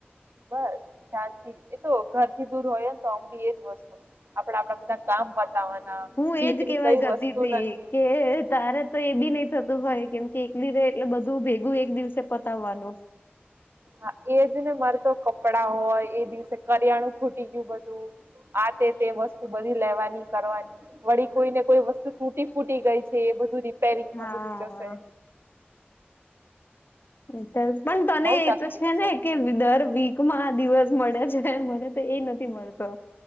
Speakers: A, on the right (about 80°); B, on the left (about 60°).
A: બસ શાંતિ એ તો, ઘર થી દૂર હોય ને તો બી એજ વસ્તુ આપડા આપણા બધા. કામ પતાવાના,
B: હું
A: બીકની
B: એજ કેવા
A: કઈ
B: જતી
A: વસ્તુ
B: હતી
A: નથી.
B: કે તારે તો એ બી નય થતું હોય, કેમ કે એકલી રેય એટલે બધું ભેગું એક દિવસે પતાવવાનું.
A: હા એજ ને, મારે તો કપડાં હોય, એ દિવસે કરિયાણું ખૂટી ગયું બધું. આ તે-તે વસ્તુ બધી લેવાની કરવાની, વળી કોઈ ને કોઈ વસ્તુ તુંત તુટી-ફૂટી ગઈ છે. એ બધું રીપેરિંગમાં
B: હા
A: બધું જશે.
B: એ <unintelligible> પણ તને
A: બઉ
B: એ
A: તકલીફ
B: તો છે ને કે અ દર વીક. માં હા, આ દિવસ મળ્યા છે. મને તો એ નથી મળતો,